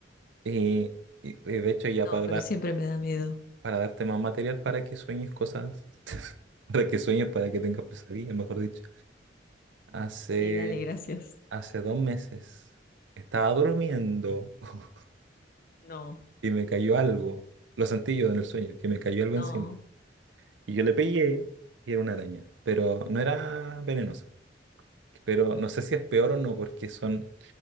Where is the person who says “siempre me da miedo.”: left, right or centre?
Left